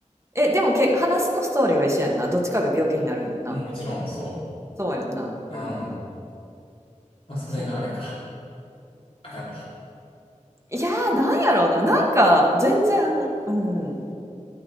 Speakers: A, on the right; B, on the left.
A: え、でもけ、話のストーリーは一緒やんな。どっちかが病気になるんやんな。
B: いもちろんそ
A: そうやんな。
B: う。
A: うん。
B: うん。まあ、それがあれか。
A: そうやんな。
B: あかんか。
A: いやー、なんやろうな。なんか、全然、うん。